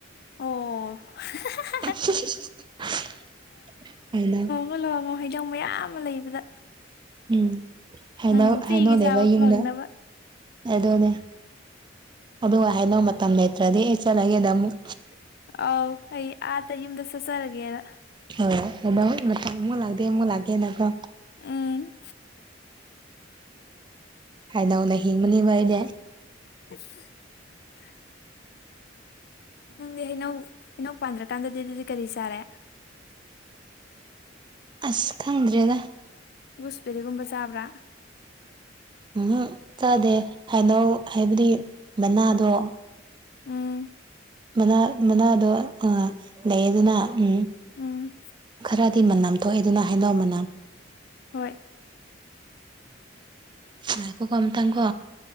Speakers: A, on the left (about 55°); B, on the right (about 25°).
A: ꯑꯣ <unintelligible>
B: <unintelligible>
A: <unintelligible> ꯍꯩꯖꯥꯎ ꯃꯌꯥꯝ ꯑꯃ ꯂꯩꯕꯗ
B: ꯎꯝ ꯍꯥꯏ
A: ꯅꯪ ꯅꯨꯡꯇꯤꯒꯤ
B: ꯍꯥꯏꯅꯧꯅꯦꯕ
A: ꯆꯥꯕ
B: ꯌꯨꯝꯗ
A: ꯐꯪꯅꯕ
B: ꯑꯗꯨꯗꯣꯅꯦ ꯑꯗꯨꯒ ꯍꯥꯏꯅꯣ ꯃꯇꯝ ꯂꯩꯇ꯭ꯔꯗꯤ ꯑꯩ ꯆꯠꯂꯒꯦꯗ ꯑꯃꯨꯛ
A: ꯑꯥꯎ ꯑꯩ ꯑꯥꯗ ꯌꯨꯝꯗ ꯆꯠꯆꯔꯒꯦꯅ
B: ꯍ ꯍꯗ ꯑꯃꯛ ꯂꯥꯛꯗꯦꯃꯨ ꯂꯥꯛꯦꯀꯣ
A: ꯎꯝ
B: ꯍꯥꯏꯗꯧꯅ ꯍꯤꯡꯕꯅꯦꯕ ꯑꯩꯗꯤ
A: <inaudible> ꯅꯪꯗꯤ ꯍꯩꯅꯧ ꯍꯩꯅꯧ ꯄꯥꯟꯗ꯭ꯔꯀꯥꯟꯗꯗꯤ ꯑꯗꯨꯗꯤ ꯀꯔꯤ ꯆꯥꯔꯦ
B: ꯑꯁ ꯈꯪꯗ꯭ꯔꯦꯗ
A: ꯨꯋꯨꯁꯕꯤꯔꯤꯒꯨꯝꯕ ꯆꯕ꯭ꯔꯥ
B: ꯎꯝ ꯆꯥꯗꯦ ꯍꯩꯅꯧ ꯍꯥꯏꯕꯗꯤ ꯃꯅꯥꯗꯣ
A: ꯎꯝ
B: ꯃꯅꯥ ꯃꯅꯥꯗꯣ ꯂꯩ ꯑꯗꯨꯅ ꯎꯝ
A: ꯎꯝ
B: ꯈꯔ ꯇꯤ ꯃꯅꯝ ꯊꯣꯛꯑꯦ ꯑꯗꯨꯅ ꯍꯩꯅꯧ ꯃꯅꯥ
A: ꯍꯣꯏ
B: ꯉꯀꯣ ꯀꯝ ꯇ ꯀꯣ